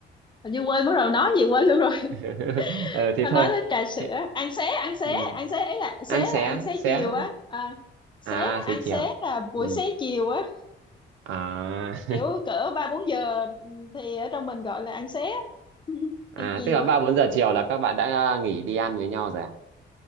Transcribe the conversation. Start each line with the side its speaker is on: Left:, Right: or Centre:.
Left: hình như quên bắt đầu nói gì quên luôn rồi
Right: <laughs>
Left: <laughs>
Right: ờ thế
Left: tao nói
Right: thôi
Left: đến trà sữa
Right: thế,
Left: ăn xế ăn xế
Right: ừ.
Left: ăn xế ấy là
Right: ăn
Left: xế
Right: xé
Left: là ăn xế
Right: xé
Left: chiều á à, xế
Right: à
Left: ăn
Right: xế chiều
Left: xế là buổi
Right: ừ.
Left: xế chiều á
Right: à <laughs>
Left: kiểu cỡ ba bốn giờ ừ, thì ở trong mình gọi là ăn xế á,
Right: à
Left: ăn chiều
Right: tức là
Left: á
Right: ba bốn giờ chiều là các bạn đã ờ, nghỉ đi ăn với nhau rồi à